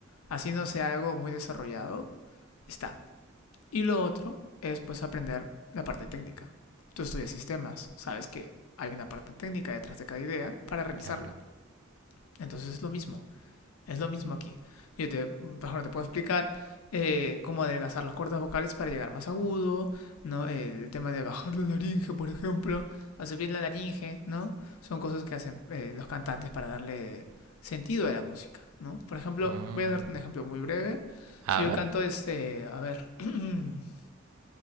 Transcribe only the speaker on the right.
claro.
Mm.
A
ver,